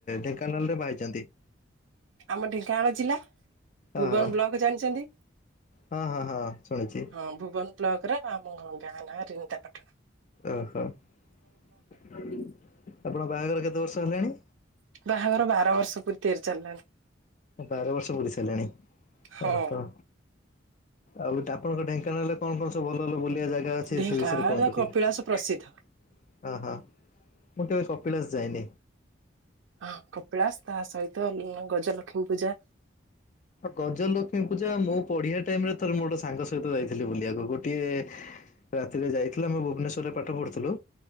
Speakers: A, on the left (about 40°); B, on the right (about 85°).
A: ଢେଙ୍କାନାଳ ରେ ବାହାରଛନ୍ତି। ହ
B: ଆମ ଢେଙ୍କାନାଳ ଜିଲ୍ଲା ଭୁବନ
A: ଓହୋ
B: ବ୍ଲକ ଜାଣିଛନ୍ତି।
A: ହଁ ହଁ ହଁ ଶୁଣିଛି
B: ହଁ ଭୁବନ ବ୍ଲକ ର ଆମ ଗାଁ ନାଁ ରନିତା ପଟଣା।
A: ଓହୋ ଆପଣ ବାହାଘର କେତେ ବର୍ଷ ହେଲାଣି।
B: ବାହାଘର ବାର ବର୍ଷ ପୂର୍ ତିଆରି ଚାଲିଲାଣି।
A: ବାର ବର୍ଷ ପୋଲିସଲାଣି
B: ହଁ
A: ଓ ହ। ଆଉ ଆଣଙ୍କ ଢୋଙ୍କାନାଳରେ କଣ କଣ ସବୁ ଭଲ ବୁଲଆ ଯା। ସେ
B: ଢେଙ୍କାନାଳ
A: ସୁ ବିଶ ର କନ୍ତି
B: କପିଳାସ ପ୍ରସିଦ୍ଧ
A: ହ ହଁ। ମୁଁ କେବେ ସପଳାସ ଯାଇନି।
B: ହ କପିଳାସ ତା ସହିତ ଗଜଲକ୍ଷ୍ମୀ ପୂଜା।
A: ଗଜଲକ୍ଷ୍ମୀ ପୂଜା ମୁଁ ପଢିଆ ଟାଇମ ରେ ଥର ମୋ ଗୋଟେ ସାଙ୍ଗ ସହିତ ଯାଇଥିଲି ବୁଲିବାକୁ ଗୋଟିଏ ରାତିରେ ଯାଇଥିଲ ଆମେ ଭୁବନେଶ୍ୱରରେ ପାଠ ପଢ଼ୁଥିଲୁ।